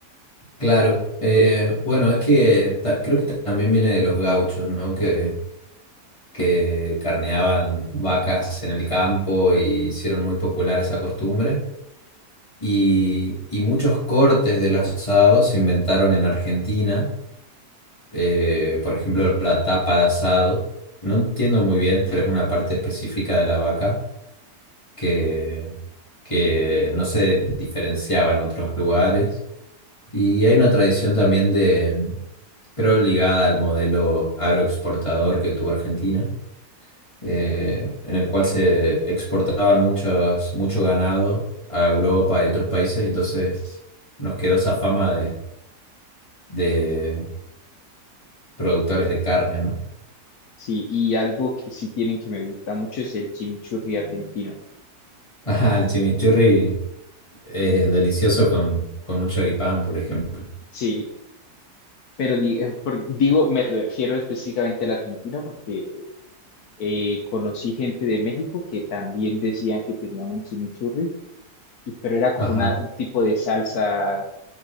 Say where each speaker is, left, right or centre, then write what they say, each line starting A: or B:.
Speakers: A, on the left; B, on the left.
A: claro. Eh, bueno, es que ta- creo que también viene de los gauchos, ¿no? Que, que carneaban vacas en el campo y hicieron muy popular esa costumbre. Y, y muchos cortes del asado se inventaron en Argentina. eh, por ejemplo, la tapa de asado. No entiendo muy bien, pero es una parte específica de la vaca que, que no se diferenciaba en otros lugares. Y hay una tradición también de, creo, ligada al modelo agroexportador que tuvo Argentina eh, en el cual se exportaban muchos, mucho ganado a Europa y otros países, y entonces nos quedó esa fama de, de productores de carne, ¿no?
B: Sí, y algo que sí tienen que me gusta mucho es el chimichurri argentino.
A: <laughs> Ajá, el chimichurri es delicioso con, con un choripán, por ejemplo.
B: Sí, pero di- eh, por- digo, me refiero específicamente al argentino porque eh, conocí gente de México que también decían que tenían un chimichurri y- pero era como
A: Ajá,
B: una, un tipo de salsa